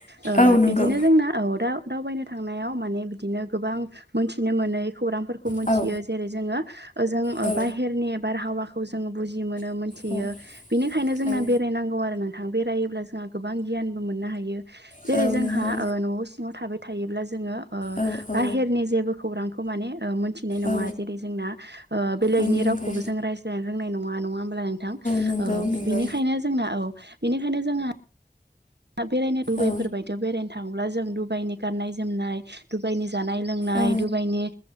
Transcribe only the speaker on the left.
औ नंगौ
औ
औ
औ
औ
औ
नंगौ
औ औ
औ
औ नंगौ
नंगौ नंगौ
औ
औ